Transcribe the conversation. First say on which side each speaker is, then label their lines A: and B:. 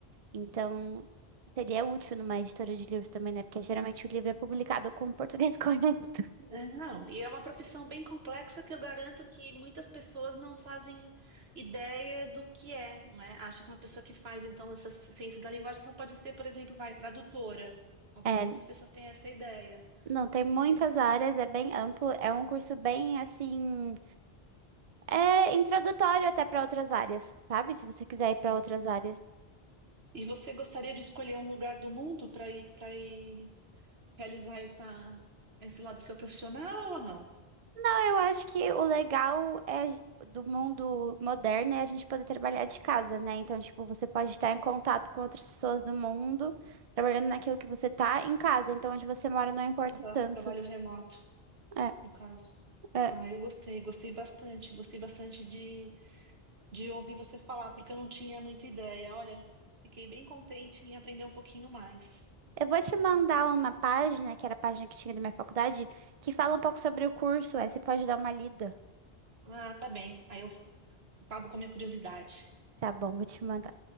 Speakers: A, on the right; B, on the right.
A: Então, seria útil numa editora de livros também, né? Porque geralmente o livro é publicado com o português <laughs> correto.
B: É, Não, e é uma profissão bem complexa que eu garanto que muitas pessoas não fazem ideia do que é, não é? Acha que uma pessoa que faz, então, essas ciências da linguagem só pode ser, por exemplo, vai, tradutora. Às
A: É,
B: vezes muitas
A: n-
B: pessoas têm essa ideia,
A: não, tem muitas
B: né?
A: áreas, é bem amplo, é um curso bem assim, é introdutório até para outras áreas, sabe? Se você quiser ir
B: Sim.
A: para outras áreas.
B: E você gostaria de escolher um lugar do mundo para ir, para ir realizar essa, esse lado seu profissional ou não?
A: Não, eu acho que o legal é a gen- do mundo moderno é a gente poder trabalhar de casa, né? Então, tipo, você pode estar em contato com outras pessoas do mundo, trabalhando naquilo que você tá em casa. Então, onde você mora não importa
B: Traba-
A: tanto.
B: Trabalho remoto,
A: É,
B: no caso.
A: é.
B: Ah, eu gostei, gostei bastante, gostei bastante de de ouvir você falar, porque eu não tinha muita ideia. Olha, fiquei bem contente em aprender um pouquinho mais.
A: Eu vou te mandar uma página, que era a página que tinha da minha faculdade, que fala um pouco sobre o curso. Aí você pode dar uma lida.
B: Ah, tá bem. Aí eu acabo com a minha curiosidade.
A: Tá bom, vou te mandar.